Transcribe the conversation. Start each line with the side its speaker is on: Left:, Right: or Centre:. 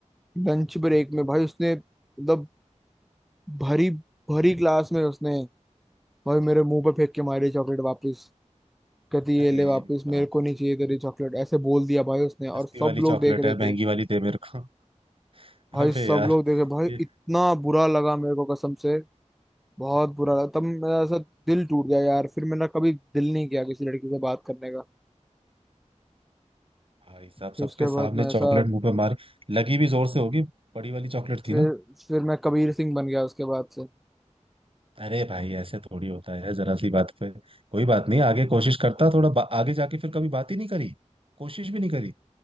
Centre: लंच ब्रेक में भाई उसने मतलब भरी भरी क्लास में उसने भाई मेरे मुंह पर फेंक के मारी चॉकलेट वापस कहती ये
Right: अरे
Centre: ले वापस
Right: बाप
Centre: मेरे को
Right: रे,
Centre: नहीं चाहिए तेरी चॉकलेट ऐसे बोल दिया भाई उसने और
Right: सस्ती
Centre: सब
Right: वाली
Centre: लोग
Right: चॉकलेट
Centre: देख रहे
Right: है
Centre: थे
Right: महंगी वाली दे मेरे को <laughs>
Centre: भाई
Right: अबे
Centre: सब
Right: यार
Centre: लोग देखे भाई
Right: ये
Centre: इतना बुरा लगा मेरे को कसम से बहुत बुरा लगा तब मेरा ऐसा दिल टूट गया यार फिर मैंने कभी दिल नहीं किया किसी लड़की से बात करने का
Right: भाई साहब
Centre: फिर
Right: सबके
Centre: उसके
Right: सामने
Centre: बाद मैं
Right: चॉकलेट
Centre: ऐसा
Right: मुंह पे मारी लगी भी जोर से होगी बड़ी वाली चॉकलेट थी
Centre: फिर
Right: ना
Centre: फिर मैं कबीर सिंह बन गया उसके बाद से
Right: अरे भाई ऐसे थोड़ी होता है जरा सी बात पे कोई बात नहीं आगे कोशिश करता थोड़ा बा- आगे जाके फिर कभी बात ही नहीं करी कोशिश भी नहीं करी